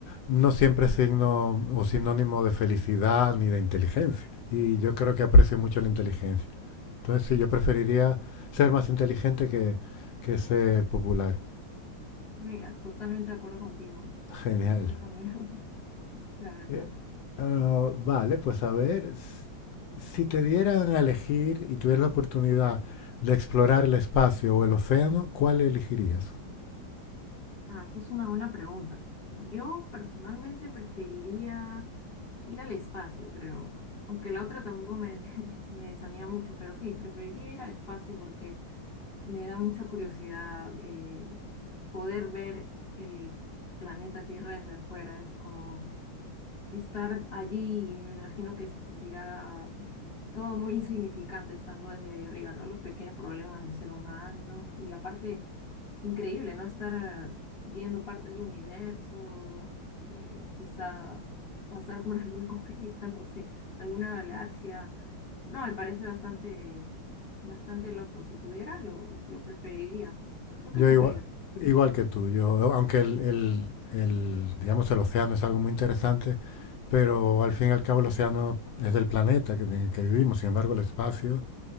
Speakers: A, on the left; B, on the left.
A: no siempre es signo o sinónimo de felicidad ni de inteligencia. Y yo creo que aprecio mucho la inteligencia. Entonces sí, yo preferiría ser más inteligente que, que ser popular.
B: Mira, totalmente de acuerdo contigo.
A: <laughs>
B: Sí,
A: Genial.
B: yo también, <laughs> la verdad.
A: Eh, ah, vale, pues a ver, s- si te dieran a elegir y tuvieras la oportunidad de explorar el espacio o el océano, ¿cuál elegirías?
B: Ah, esa es una buena pregunta. Yo personalmente preferiría ir al espacio, creo. Aunque la otra tampoco me, <laughs> me desanima mucho, pero sí, preferiría ir al espacio porque me da mucha curiosidad eh, poder ver el planeta Tierra desde afuera. Es como estar allí, y me imagino que se sentirá todo muy insignificante estando desde ahí arriba, ¿no? Los pequeños problemas del ser humano y aparte, increíble, ¿no? Estar viendo parte del universo, eh, quizá pasar por <laughs> algún cometa, no sé, alguna galaxia. No, me parece bastante, bastante loco. Si pudiera, lo, lo preferiría. ¿Tú
A: Yo
B: qué escogerías?
A: igual, igual que tú, yo, aunque el, el- el, digamos, el océano es algo muy interesante, pero al fin y al cabo el océano es del planeta que- en el que vivimos, sin embargo el espacio